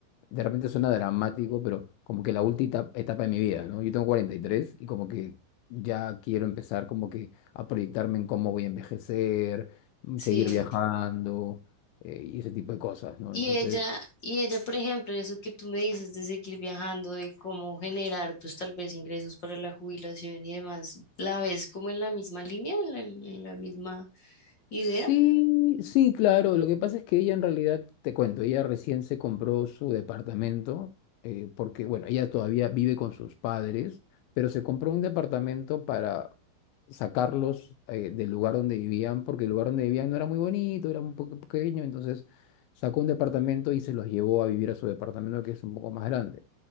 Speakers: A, on the left; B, on the left.
A: de repente suena dramático, pero como que la última etapa, etapa de mi vida, ¿no? Yo tengo 43 y tres y como que ya quiero empezar como que a proyectarme en cómo voy a envejecer, mm,
B: sí.
A: seguir viajando, eh, y ese tipo de cosas, ¿no?
B: Y
A: Entonces...
B: ella, y ella, por ejemplo, eso que tú me dices de seguir viajando, de cómo generar, pues tal vez ingresos para la jubilación y demás, ¿la ves como en la misma línea, en la, en la misma idea?
A: Sí, sí, claro. Lo que pasa es que ella en realidad, te cuento, ella recién se compró su departamento, eh, porque, bueno, ella todavía vive con sus padres, pero se compró un departamento para sacarlos, eh, del lugar donde vivían, porque el lugar donde vivían no era muy bonito, era un poco pequeño, entonces sacó un departamento y se los llevó a vivir a su departamento, que es un poco más grande.